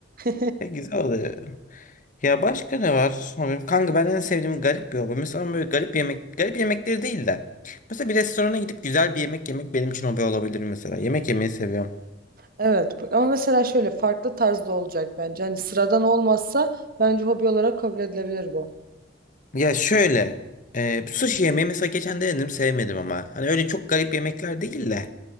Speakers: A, on the right; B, on the left.
A: <laughs>
B: Ya güzel oluyor. Ya başka ne var? Abi, Kanka ben en sevdiğim garip bir hobi. Mesela böyle garip yemek, garip yemekleri değil de. Mesela bir restorana gidip güzel bir yemek yemek benim için hobi olabilir mesela. Yemek yemeyi seviyorum.
A: Evet bak- ama mesela şöyle farklı tarzda olacak bence. Hani sıradan olmazsa bence hobi olarak kabul edilebilir bu.
B: Ya şöyle, e, sushi yemeği mesela geçen denedim sevmedim ama. Hani öyle çok garip yemekler değil de.